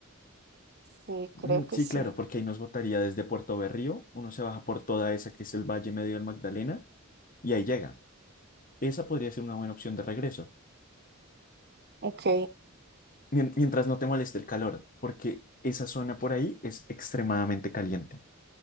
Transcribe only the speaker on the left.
Mm,
Sí,
claro, porque ahí nos botaría desde Puerto Berrío, uno se baja por toda esa que es el Valle Medio del Magdalena y ahí llega. Esa podría ser una buena opción de regreso,
mien- mientras no te moleste el calor, porque esa zona por ahí es extremadamente caliente.